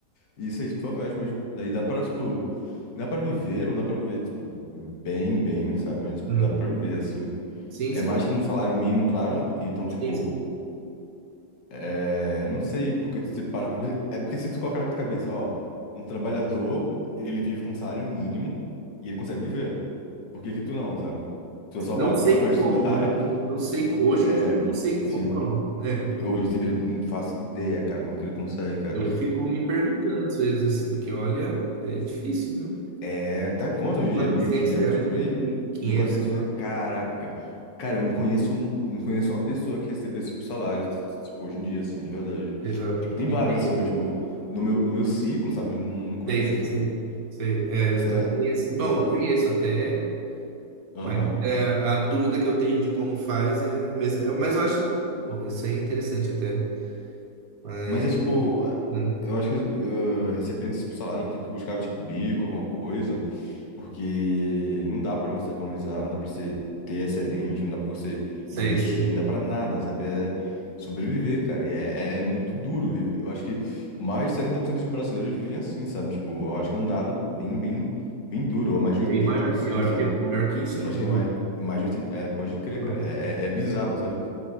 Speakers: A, on the left; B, on the right.
A: Isso aí, tipo, Fapest mesmo. Daí dá pra, tipo. Dá pra viver, não dá pra viver, tipo, bem, bem, sabe? Mas, tipo,
B: Uhum.
A: dá pra viver assim.
B: Sim,
A: É
B: sim,
A: mais que um salário mínimo, claro. E Então, tipo.
B: sim, sim.
A: É, não sei porque se para, pra... É porque se tu colocar na tua cabeça, ó, um trabalhador, ele vive com um salário mínimo e ele consegue viver. Por que que tu não, sabe? Se eu só
B: Não
A: pago
B: sei
A: pra, pra
B: como,
A: estudar,
B: é, não,
A: <laughs>
B: não sei, co- hoje
A: é,
B: em dia eu não sei como,
A: sim.
B: bom, é,
A: Hoje em dia não faço ideia, cara, como é que ele consegue, cara.
B: eu fico me perguntando às vezes, assim, porque olha, é difícil, viu? mil
A: É, tá quanto hoje
B: e quatrocentos
A: em dia? mil e quinhentos
B: reais,
A: por
B: 1.500,
A: aí? mil e quatrocentos
B: lá.
A: né? Caraca. Cara, eu não conheço, um- não conheço uma pessoa que recebeu esse tipo de salário, t- t- tipo, hoje em dia, assim, de verdade.
B: Exato.
A: Tipo, tem
B: E
A: vários,
B: tem,
A: assim,
B: viu?
A: mas, tipo, no meu, no meu ciclo, sabe? eu Não, não conheço,
B: Sei, sei,
A: sabe?
B: sei. Sei, é,
A: Isso
B: eu também,
A: é.
B: assim, bom,
A: Isso é. f-
B: conheço até,
A: Aham.
B: Mas é, a dúvida que eu tenho de como faz é a mesma. É, Mas eu acho, pô, isso aí é interessante até. Mas,
A: Mas é tipo.
B: né?
A: Eu acho que eh, recebendo esse tipo de salário, tem que buscar, tipo, bico, alguma coisa. Porque não dá pra você economizar, não dá pra você ter excedente, não dá pra você
B: Sei,
A: investir,
B: sei, sei.
A: não dá pra nada, sabe? É sobreviver, cara. E é, é muito duro. E Eu acho que mais de 70% dos brasileiros vivem assim, sabe? Tipo, eu acho que é um dado bem, bem, bem duro, ou mais de oitenta
B: Bem maior
A: por cento,
B: que, eu acho
A: sabe?
B: que é maior que isso ainda.
A: Eu acho que é mais,
B: né?
A: mais de 80%. É, pode crer,
B: É mais.
A: cara. É, é, é bizarro, sabe?